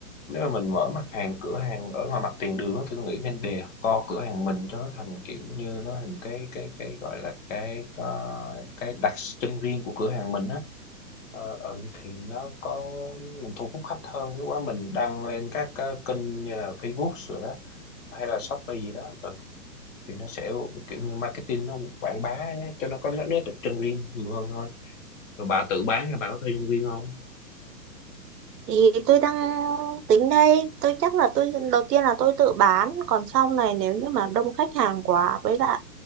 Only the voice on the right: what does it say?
Thì tôi đang tính đây, tôi chắc là tôi đầu tiên là tôi tự bán, còn sau này nếu như mà đông khách hàng quá với lại